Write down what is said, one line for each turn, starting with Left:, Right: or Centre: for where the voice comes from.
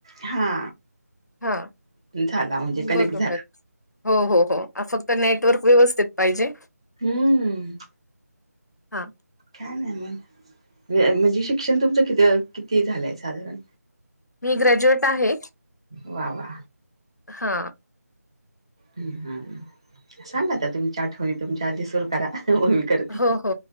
Right: हा
Left: हा
Right: झाला म्हणजे कनेक्ट
Left: बरोबर
Right: झाला.
Left: हो हो हो असच नेटवर्क व्यवस्थित पाहिजे.
Right: हम्म!
Left: हा
Right: काय नाही मग म्हण म्हणजे शिक्षण तुमचं कि किती झालंय साधारण?
Left: मी ग्रॅज्युएट आहे.
Right: वा वा.
Left: हा!
Right: हम् हम् सांगा आता तुमच्या आठवणी तुमच्या आधी सुरू करा. मग मी करते
Left: हो हो